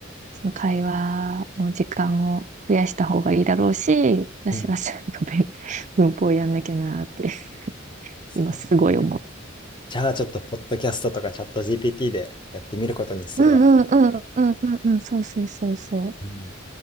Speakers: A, on the right; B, on the left.
A: その会話の時間を増やした方がいいだろうし、私はちゃんと勉
B: うん。
A: <laughs> 文法やんなきゃなって、
B: そうだね。
A: 今すごい思う。
B: じゃあちょっと、ポッドキャストとかチャット GPT でやってみることにするわ。
A: うんうんうんうんうんうん、そうそうそうそう。
B: うん